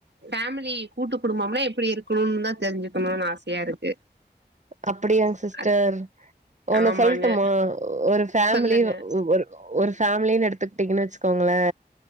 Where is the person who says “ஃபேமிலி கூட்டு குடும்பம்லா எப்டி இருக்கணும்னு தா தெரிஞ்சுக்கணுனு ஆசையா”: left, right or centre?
Right